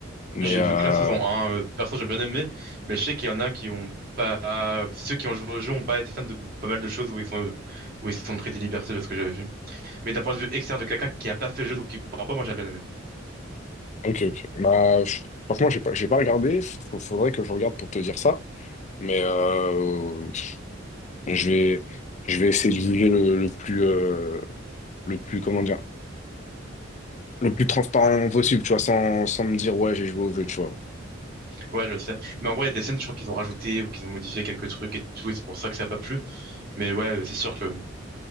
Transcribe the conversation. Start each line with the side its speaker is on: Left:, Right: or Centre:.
Left: Mais
Right: J'ai
Left: euh,
Right: vu que la saison un, euh, perso, j'ai bien aimé, mais je sais qu'il y en a qui ont pas. Ceux qui ont joué au jeu ont pas été fans de b- pas mal de choses où ils sont où ils se sont pris des libertés de ce que j'avais vu. Mais d'un point de vue externe de quelqu'un qui a pas fait le jeu donc qui comprend pas, moi j'ai bien aimé.
Left: Ok, ok. Bah, je- franchement, j'ai pas, j'ai pas regardé. F- f- Faudrait que je regarde pour te dire ça. Mais euh, je vais, je vais essayer de juger le, le plus, euh, le plus, comment dire, le plus transparent possible, tu vois, sans, sans me dire, ouais, j'ai joué au jeu, tu vois.
Right: Ouais, je sais. Mais en gros, il y a des scènes, je crois qu'ils ont rajouté ou qu'ils ont modifié quelques trucs et tout, et c'est pour ça que ça a pas plu. Mais ouais, c'est sûr que